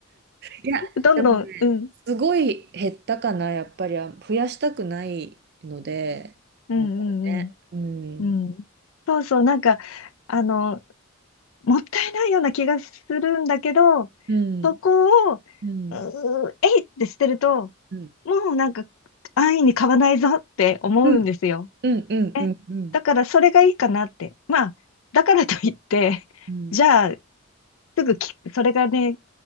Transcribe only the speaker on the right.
いや、
でもね、
すごい減ったかな、やっぱり。あ増やしたくないので、
ものをね。
うん。
うん。
うん。
うん。
うん。うん。うん。
うん。
うん